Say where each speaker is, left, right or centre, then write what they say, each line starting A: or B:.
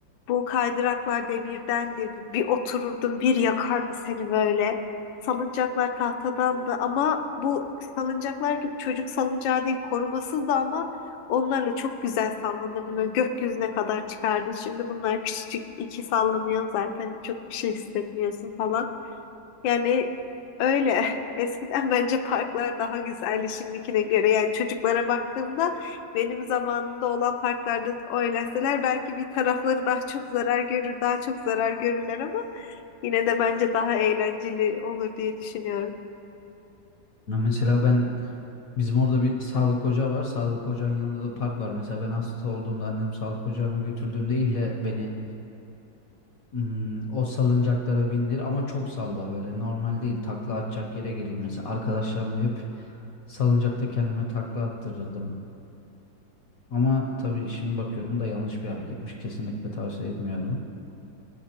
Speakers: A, on the left (about 80°); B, on the left (about 60°).
A: Bu kaydıraklar demirdendi. Bir otururdun bir yakardı seni böyle. Salıncaklar tahtadandı ama bu salıncaklar gibi çocuk salıncağı değil korumasız da ama onlarla çok güzel sallanırdım. Böyle gökyüzüne kadar çıkardı. Şimdi bunlar küçücük iki sallanıyor zaten çok bir şey hissetmiyorsun falan. Yani öyle. <laughs> Eskiden bence parklar daha güzeldi şimdikine göre. Yani çocuklara baktığımda benim zamanımda olan parklarda oynasalar belki bir tarafları daha çok zarar görür, daha çok zarar görürler ama yine de bence daha eğlenceli olur diye düşünüyorum.
B: Ya mesela ben bizim orada bir sağlık ocağı var. Sağlık ocağının yanında da park var. Mesela ben hasta olduğumda annem sağlık ocağına götürdüğümde ille beni Hmm, o salıncaklara bindir ama çok salla böyle normal değil takla atacak yere geleyim mesela arkadaşlarımla hep salıncakta kendime takla attırırdım ama tabii şimdi bakıyorum da yanlış bir hareketmiş kesinlikle tavsiye etmiyorum.